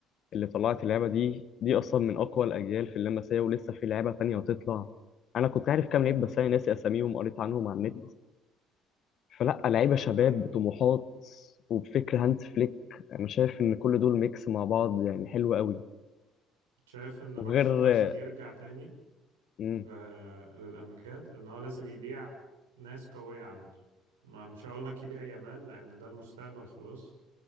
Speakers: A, on the left; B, on the right.
A: اللي طلعت اللعبة دي دي أصلا من أقوى الأجيال في اللمسية ولسه في لعبة تانية هتطلع أنا كنت عارف كام لعيب
B: امم
A: بس أنا ناسي أساميهم قريت عنهم على النت فلا لعيبة شباب
B: اي
A: بطموحات وبفكر هانز فليك أنا شايف إن كل دول ميكس مع بعض يعني حلو قوي
B: شايف ان
A: وغير
B: برشلونه عشان يرجع تاني
A: مم.
B: آه للأمجاد إن هو لازم يبيع ناس قوية عنده ما مش هقول لك يبيع يامال لأن ده المستقبل خلاص